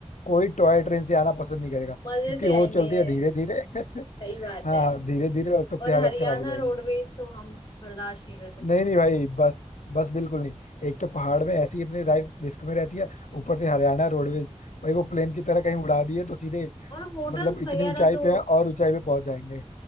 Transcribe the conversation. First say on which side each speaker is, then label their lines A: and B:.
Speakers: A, on the left; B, on the left.
A: कोई टॉय ट्रेन से आना पसंद नहीं करेगा
B: मजे
A: क्योंकि
B: से
A: वो
B: आएंगे
A: चलती
B: ये
A: है धीरे धीरे <laughs>
B: सही बात
A: हाँ
B: है
A: धीरे धीरे और सबकी
B: और
A: हालत
B: हरियाणा
A: खराब हो जाएगी
B: रोडवेज तो हम बर्दाश्त नहीं कर सकते
A: नहीं नहीं भाई बस बस बिल्कुल नहीं एक तो पहाड़ में ऐसी अपनी लाइफ रिस्क में रहती है ऊपर से हरियाणा रोडवेज भाई वो प्लेन की तरह कहीं उड़ा दिए तो सीधे
B: और होटल्स
A: मतलब इतनी
B: वगैरह
A: ऊंचाई
B: तो
A: पे है और ऊंचाई पे पहुंच जाएंगे